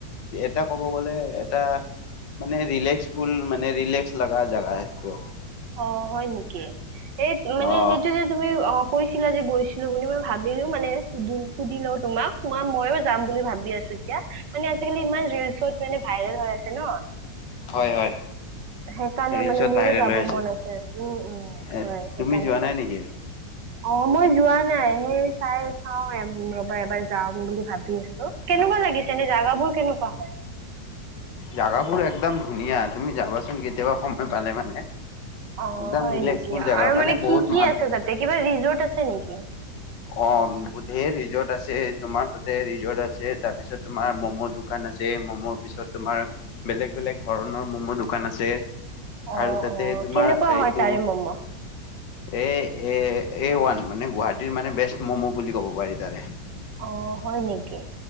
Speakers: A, on the left (about 85°); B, on the right (about 75°).
A: এটা ক'ব গ'লে এটা, মানে ৰিলেক্স ফুল মানে ৰিলেক্স লাগা জাগা সেইটো
B: অ হয় নেকি? এই মানে
A: অ
B: সেইটো যে তুমি অ কৈছিলা যে গৈছিলো বুলি মই ভাবিলো মানে, সুদুল সুধি লও তোমাক মা মইয়ো যাম বুলি ভাবি আছো এতিয়া মানে আজিকালি ইমান ৰিলচত মানে ভা ভাইৰেল হৈ আছে ন
A: হয় হয়
B: সেইকাৰণে
A: ৰিলচত
B: মানে মোৰো
A: ভাইৰেল
B: যাব ব
A: হৈ
B: মন আছে উম উম
A: এ
B: হয় সেইকাৰণে
A: তুমি যোৱা
B: ত
A: নাই নেকি?
B: অ মই যোৱা নাই সেই চাই চাও ৰবা এবাৰ যাম বুলি ভাবি আছো। কেনেকুৱা লাগিছে নে জাগাবোৰ কেনেকুৱা হয়।
A: জাগাবোৰ একদম ধুনীয়া তুমি যাবাচোন কেতিয়াবা সময় পালে মানে,
B: অ
A: একদম
B: হয়
A: ৰিলেক্সফুল
B: নেকি
A: জাগা
B: আৰু মানে কি
A: বহুত
B: কি
A: মানুহ
B: আছে তাতে কিবা ৰিজৰ্ট আছে নেকি?
A: অ ধেৰ ৰিজৰ্ট আছে তোমাৰ তাতে ৰিজৰ্ট আছে তাৰ পিছত তোমাৰ মম' দোকান আছ ছে ম'ম' পিছত তোমাৰ বেলেগ বেলেগ ধৰণৰ ম'ম' দোকান আছে।
B: অ
A: আৰু তাতে
B: অ
A: তোমাৰ
B: কেনেকুৱা
A: এইটো,
B: হয় তাৰে ম'ম'
A: এ এ এ ওৱান মানে গুৱাহাটীৰ মানে বেষ্ট মমো বুলি ক'ব পাৰি তাৰে,
B: অ হয় নেকি